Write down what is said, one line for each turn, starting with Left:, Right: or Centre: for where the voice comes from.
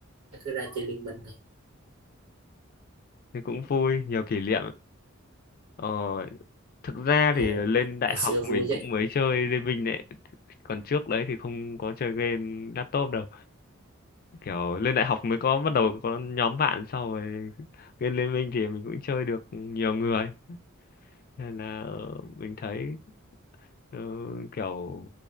Right: cứ ra chơi liên minh thôi
Left: Thế cũng vui, nhiều kỷ niệm. Ờ, thực ra thì
Right: chơi
Left: lên đại
Right: ngày xưa
Left: học
Right: vui
Left: mình
Right: chứ
Left: cũng mới chơi Liên Minh đấy còn trước đấy thì không có chơi game laptop đâu kiểu lên đại học mới có bắt đầu có nhóm bạn sau rồi game Liên Minh thì mình cũng chơi được nhiều người nên là ờ, mình thấy ờ, kiểu